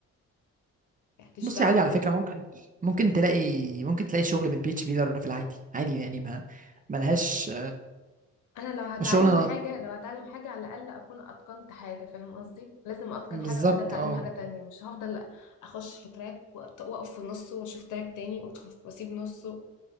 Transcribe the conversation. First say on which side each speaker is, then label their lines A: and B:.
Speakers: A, on the left; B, on the right.
A: مالكيش
B: بصي
A: دعوه
B: عادي على فكرة ممكن ممكن تلاقي ممكن تلاقي شغل بالبي اتش بي في العادي عادي يعني ما ملهاش
A: انا لو هتعلم
B: الشغل
A: حاجه لو هتعلم حاجه على الاقل اكون اتقنت حاجه فاهم قصدي لازم اتقن
B: بالظبط
A: حاجه وكده اتعلم
B: اه
A: حاجه تانية مش هفضل اخش في تراك وأط- واقف في نصه واشوف تراك تاني وادخل في- واسيب نصه